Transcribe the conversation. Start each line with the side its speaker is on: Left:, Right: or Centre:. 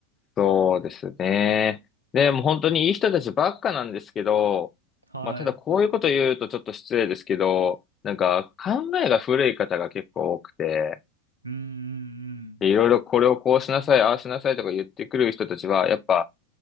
Left: そうですね。でもう本当にいい人たちばっかなんですけど、
Right: はい。
Left: まあただこういうこと言うとちょっと失礼ですけど、なんか考えが古い方が結構多くて、
Right: うーんうんうん。
Left: いろいろこれをこうしなさい、ああしなさいとか言ってくる人たちは、やっぱ